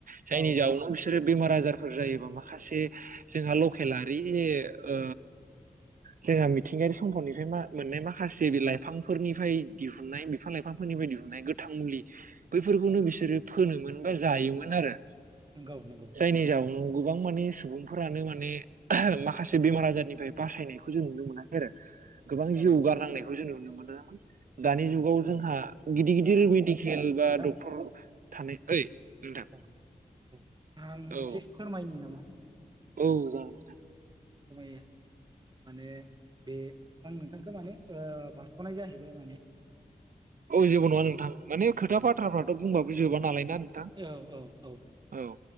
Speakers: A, on the right; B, on the right.
A: जायनि
B: औ
A: जाउनाव
B: औ
A: बिसोरो बेमार आजारफोर जायोबा माखासे जोंहा लकेल आरि ओ जोंहा मिथिंगायारि सम्पदनिफ्राया मोननाय माखासे बे लाइफां फोरनिफ्राय दिहुननाय बिफां लाइफांफोरनिफ्राय दिहुननाय गोथां मुलि बैफोरखौनो बिसोरो फोनोमोन। बा जायोमोन आरो।
B: नंगौ नंगौ
A: जायनि जउनोाव गोबां माने सुबुंफोरानो माने माखासे बेमार आजारनिफ्राय बासायनायखौ जों नुनो मोनाखै आरो। गोबां जिउ
B: औ
A: गारनांनायखौ जों नुनो मोनदों। दानि
B: औ
A: जुगाव जोंहा गिदिर
B: दा
A: गिदिर मेडिकेल बा
B: नोंथां
A: डक्टर थानाय ओइ नोंथां।
B: औ औ आं
A: औ
B: एसे फोरमायनि नामा?
A: औ जागोनदे।
B: खमाया माने बे आं नोंथांखो माने ओ बारसनाय जाहैबाय माने
A: औ जेबो नङा नोंथां माने खोथा
B: औ
A: बाथ्राफ्राथ बुंबाबो जोबा नालाय ना नोंथां
B: औ औ औ
A: औ